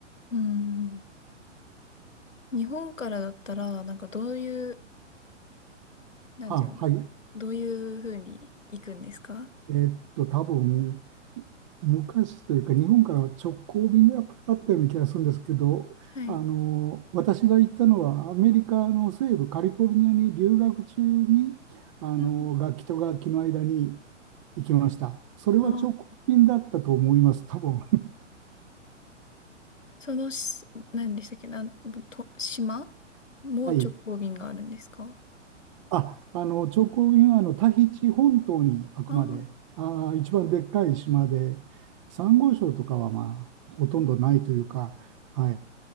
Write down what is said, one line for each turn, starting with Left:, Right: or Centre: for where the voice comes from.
Left: うん。日本からだったら、なんかどういう、なんていうんだろう。
Right: は、はい、
Left: どういうふうに行くんですか
Right: えーっと、多分、昔というか、日本からは直行便がやっぱりあったような気がするんですけど、
Left: はい。
Right: あの、私が行ったのは、アメリカの西部カリフォルニアに留学中に、あの、
Left: うん。
Right: 楽器と楽器の間に行きました。それは直行便だったと思います、
Left: あ
Right: 多分。
Left: そのし、何でしたっけ、なん、と、島もう直行便があるんですか
Right: <laughs> はい。あ、あの、直行便はあのタヒチ本島にあくまで、
Left: ああー、
Right: あー、一番でっかい島で、サンゴ礁とかはまあ、ほとんどないというか、はい。